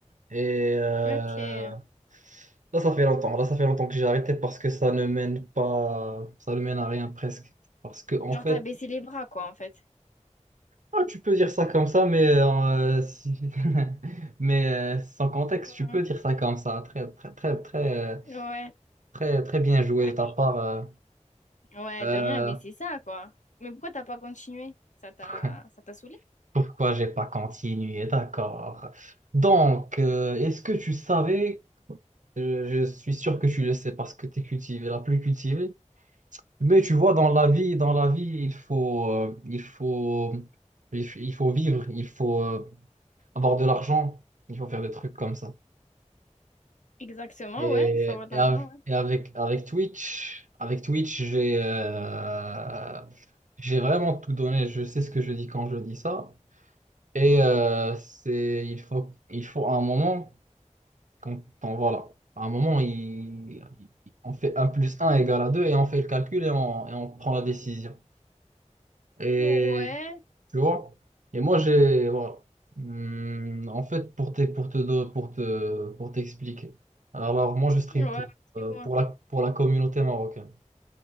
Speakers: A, on the right; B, on the left.
A: Et euh,
B: Ok.
A: Là, ça fait longtemps. Là, ça fait longtemps que j'ai arrêté parce que ça ne mène pas, ça ne mène à rien presque. Parce que, en
B: Genre
A: fait,
B: t'as baissé les bras quoi en fait.
A: Ah, tu peux dire ça comme ça, mais, euh, si- <laughs> mais euh, sans contexte,
B: Ouais.
A: tu peux dire ça comme ça. Très, très, très, très, euh,
B: Ouais.
A: très, très bien joué
B: Ah,
A: de ta
B: mais-
A: part. euh.
B: Ouais,
A: Euh,
B: de rien, mais c'est ça quoi. Mais pourquoi t'as pas continué? Ça t'a
A: <laughs>
B: ça t'a saoulé?
A: pourquoi j'ai pas continué? D'accord. Donc, euh, est-ce que tu savais, euh, je suis sûr que tu le sais parce que tu es cultivé, la plus cultivée, mais tu vois, dans la vie, dans la vie, il faut, euh, il faut, il f- il faut vivre, il faut euh, avoir de l'argent, il faut faire des trucs comme ça.
B: Exactement,
A: Et,
B: ouais, il faut avoir de
A: et
B: l'argent,
A: av-
B: ouais.
A: et avec, avec Twitch, avec Twitch, j'ai euh, j'ai vraiment tout donné. Je sais ce que je dis quand je dis ça. Et euh, c'est, il faut, il faut un moment, quand on, voilà, à un moment, il, il- on fait un plus un égale à 2 et on fait le calcul et on, et on prend la décision. Et
B: Ouais, ouais,
A: tu vois? Et moi, j'ai. Voilà. Hum, en fait, pour te, pour te, do- pour te, pour t'expliquer. Alors, alors, moi, je stream
B: ouais,
A: pour,
B: explique-moi.
A: euh, pour la, pour la communauté marocaine.